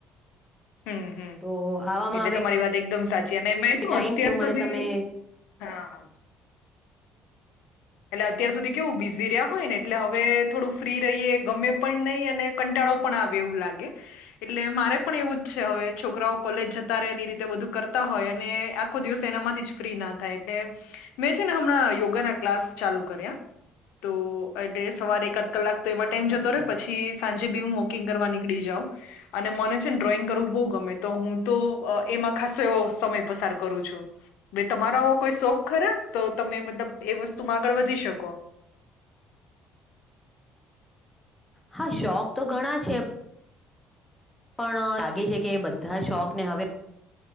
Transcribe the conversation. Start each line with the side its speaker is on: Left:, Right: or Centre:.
Left: હમ, હમ.
Centre: તો આવામાં
Left: એટલે
Centre: હવે
Left: તમારી વાત એકદમ સા જેને મે શું
Centre: ટાઈમ
Left: અત્યાર
Centre: કેવું મને
Left: સુધી
Centre: તમે
Left: હા એટલે અત્યાર સુધી કેવું બિઝી રહ્યા હોય ને એટલે હવે થોડું ફ્રી રહીએ ગમે પણ નહીં અને કંટા આવે એવું લે એટલે મારે પણ એવું જ છે હવે છોકરાઓ કોલેજ જતા રે એની રીતે કર હોય અને આખો દિવસ એના માંથી જ ફ્રી ના થાય એટલે મેં છે ને હમણાં યોગા ના ક્લાસ ચાલુ કર્યા તો એટલે સવારે એકાદ કલાક તો એમાં ટાઈમ જતો
Centre: અચ્છા
Left: રહેે પછી સાંજે જ બી હું વોકિંગ કરવા નીકળી જાઉં અને મને છે ને ડ્રોઈંગ કરવું બહુ ગમે તો હું તો એ ખાસો એવો સમય પસાર કરું છું બે તમારો કોઈ શોખ ખરા તો તમે મતલબ એ વસ્તુ તુમ આગળ વધી શકો
Centre: હા શોખ તો ઘણા છે પણ લાગે છે કે બધા શોખને હવે